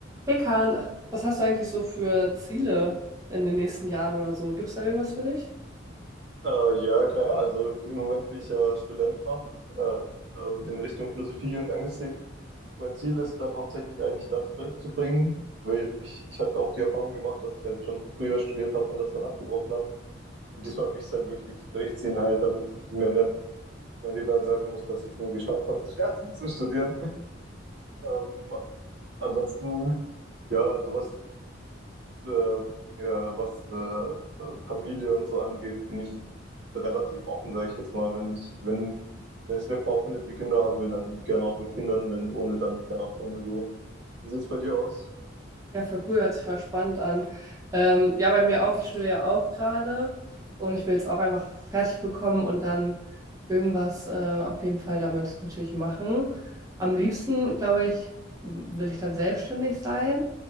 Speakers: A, on the right; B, on the right.
A: Hey Kahn, was hast du eigentlich so für Ziele in den nächsten Jahren oder so? Gibt es da irgendwas für dich?
B: Äh, ja, klar. Also im Moment bin ich ja Student noch äh, ähm, in Richtung Philosophie und Anglistik. Mein Ziel ist gerade hauptsächlich eigentlich das durchzubringen, weil ich, ich hatte auch die Erfahrung gemacht, dass ich halt schon früher studiert habe und das dann abgebrochen habe. Und diesmal will ich es halt wirklich durchziehen, halt, damit ich mir nicht mein Leben lang sagen muss, dass ich es nie geschafft habe, <laughs> fertig zu studieren. Ähm, ansonsten, ja, also was äh, ja, was äh, Familie und so angeht, bin ich relativ offen, sage ich jetzt mal. Wenn ich, wenn, wenn ich eine Frau finde, die Kinder haben will, dann gerne auch mit Kindern, wenn ohne, dann gerne auch ohne so. Wie sieht's bei dir aus?
A: Ja, voll cool, hört sich voll spannend an. Ähm, ja, bei mir auch, ich studiere ja auch gerade und ich will jetzt auch einfach fertig bekommen und dann irgendwas äh, auf jeden Fall damit natürlich machen. Am liebsten, glaube ich, will ich dann selbstständig sein